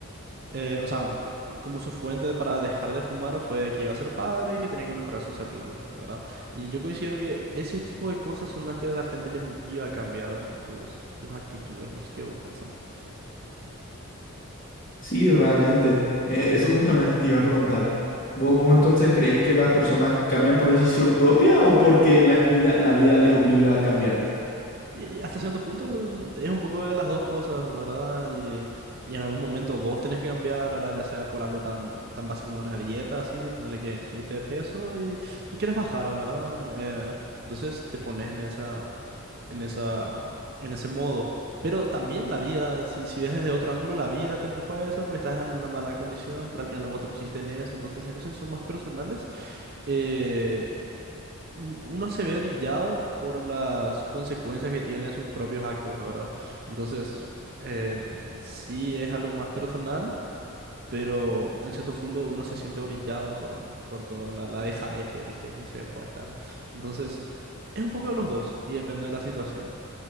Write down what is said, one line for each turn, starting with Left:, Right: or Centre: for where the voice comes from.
Right: eh, o sea, c- como su fuente para dejar de fumar fue que iba a ser padre y que tenía que mejorar su salud, ¿verdad? Y yo considero que ese tipo de cosas son las que a la gente le motiva a cambiar sus, sus actitudes, no sé qué vos pensás.
Left: Sí, realmente. Eh, eso justamente te iba a preguntar. ¿Vos, vos entonces crees que las personas cambian por decisión propia o porque las vida, la vida les obliga a cambiar?
Right: Y hasta cierto punto es un poco de las dos cosas, ¿verdad? Y, y en algún momento vos tenés que cambiar, ¿verdad? Ya sea por algo tan, tan básico como una dieta, así, ponerle que subiste de peso y, y quieres bajar, ¿verdad? Eh, entonces te pones en esa, en esa, en ese modo. Pero también la vida, si, si ves desde otro ángulo, la vida te empujó a eso porque estás en una mala condición, pero al final vos te pusiste en eso. Entonces las cosas que son más personales. eh, mm, uno se ve orillado por las consecuencias que tiene sus propios actos, ¿verdad? Entonces, eh, sí es algo más personal, pero en cierto fondo uno se siente orillado por, um, por toda la, la dejadez que, que, que se dejó de estar. Entonces, es un poco de los dos y depende de la situación,